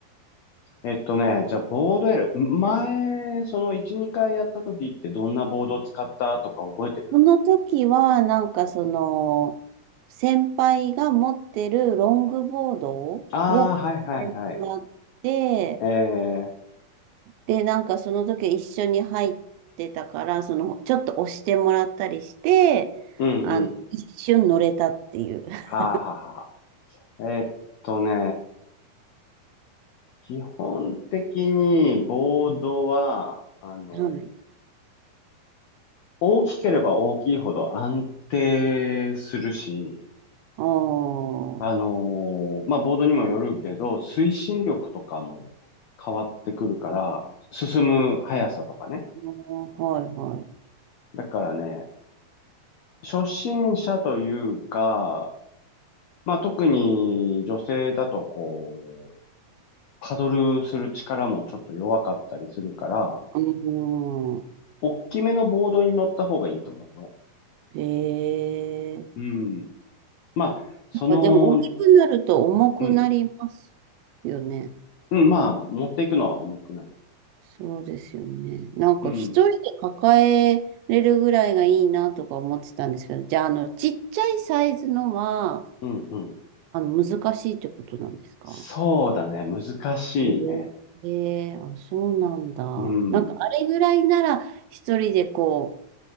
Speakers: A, on the left; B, on the right.
A: えっとね、じゃあ、ボード L。前、その1、2回やった時ってどんなボード使ったとか覚えてる
B: その時はなんかその、先輩が持ってるロングボードを買ってもらって、
A: ああ、はいはいはい。ええ
B: で、なんかその時一緒に入ってたから、その、ちょっと押してもらったりして、
A: うんうん。
B: あの、一瞬乗れたっていう。<laughs>
A: はあはあはあ。えっとね、基本的にボードは、あの、
B: はい。
A: 大きければ大きいほど安定するし、
B: ああ、は
A: あの、まあ、ボードにもよるけど、推進力とかも変わってくるから、進む速さとかね。
B: いはい。
A: だからね、初心者というか、まあ、特に女性だとこう、パドルする力もちょっと弱かったりするから、
B: うん。
A: 大きめのボードに乗った方がいいと思うの。
B: へえ。
A: うん。まあ、その、
B: やっぱでも大きくなると重くなりますよね。
A: うん、うん、まあ、持っていくのは重くなる。
B: そうですよね。なんか一人で抱えれるぐらいがいいなとか思ってたんですけど、
A: うん、
B: じゃあ、あの、ちっちゃいサイズのは、
A: うん、うん。
B: あの、難しいってことなんですか
A: そうだね、難しいね。
B: ええあ、そうなんだ。
A: うん、
B: なんかあれぐらいなら一人でこう
A: う